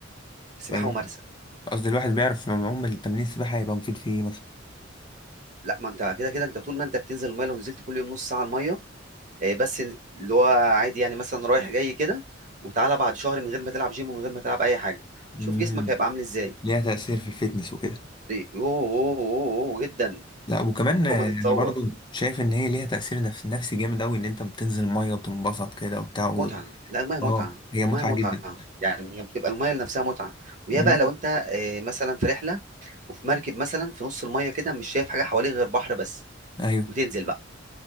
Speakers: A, on the right (about 40°); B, on the left (about 25°).
A: السباحة
B: فاهمني؟
A: ممارسة
B: قصدي الواحد بيعرف يعوم التمرين السباحة هيبقى مفيد في إيه مثلا؟
A: لا ما انت كده كده انت طول ما انت بتنزل المية لو نزلت كل يوم نص ساعة المية آه، بس اللي هو عادي يعني مثلا رايح جاي كده وتعالى بعد شهر من غير ما تلعب جيم ومن غير ما تلعب أي حاجة شوف
B: امم
A: جسمك هيبقى عامل ازاي
B: ليها تأثير في الفيتنس وكده
A: يوه يوه يوه يوه، جدا
B: لا وكمان
A: فوق
B: آه،
A: ما تتصور
B: أنا برضو شايف إن هي ليها تأثير نفس نفسي جامد أوي إن أنت بتنزل المية وبتنبسط كده وبتاع و...
A: متعة لا المية متعة
B: أه هي
A: المية
B: متعة
A: متعة
B: جدا
A: يعني هي بتبقى المية نفسها متعة ويا
B: امم
A: بقى لو انت آه، مثلا في رحلة وفي مركب مثلا في نص المية كده مش شايف حاجة حواليك غير بحر بس
B: أيوه
A: وتنزل بقى